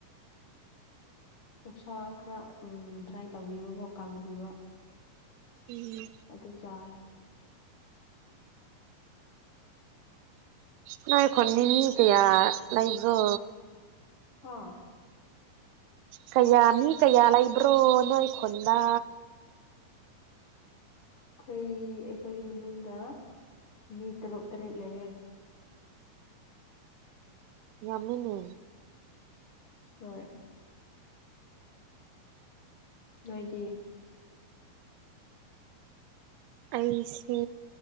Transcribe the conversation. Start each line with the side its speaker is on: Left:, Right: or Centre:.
Left: ꯄꯧꯁꯥ ꯈꯔ ꯎ ꯗ꯭ꯔꯥꯏ ꯇꯧꯕꯤꯕꯕꯣ ꯀꯥꯡꯪꯕꯤꯕ
Right: ꯎꯝ
Left: ꯑꯗꯨ ꯆꯥꯏ
Right: ꯅ ꯑꯩ ꯈꯣꯟꯅꯤ ꯀꯌꯥ ꯂꯩꯕ꯭ꯔꯣ
Left: ꯑ
Right: ꯀꯌꯥ ꯃꯤ ꯀꯌꯥ ꯂꯩꯕ꯭ꯔꯣ ꯅꯣꯏ ꯈꯨꯣꯟꯗ
Left: ꯑꯩꯈꯣꯏ ꯑꯩꯈꯣꯏ ꯃꯅꯨꯡꯗ ꯃꯤ ꯇꯔꯨꯛ ꯇꯔꯦꯠ ꯂꯩꯌꯦꯦ
Right: ꯌꯥꯝꯃꯤꯟꯅ
Left: ꯍꯣꯏ ꯅꯣꯏꯗꯤ
Right: ꯑꯩꯁꯦ